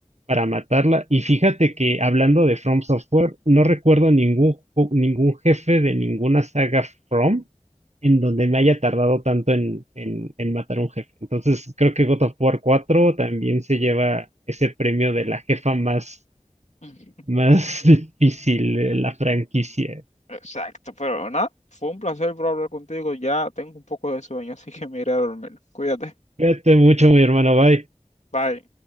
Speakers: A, on the right; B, on the left.
A: para matarla. Y fíjate que hablando de From Software, no recuerdo ningún, ju- ningún jefe de ninguna saga From en donde me haya tardado tanto en, en, en matar un jefe. Entonces creo que God of War 4 también se lleva ese premio de la jefa más,
B: <laughs>
A: más <laughs> difícil de la franquicia.
B: Exacto, pero nada, fue un placer por hablar contigo. Ya tengo un poco de sueño, así que me iré a dormir. Cuídate.
A: Cuídate mucho, mi hermano. Bye.
B: Bye.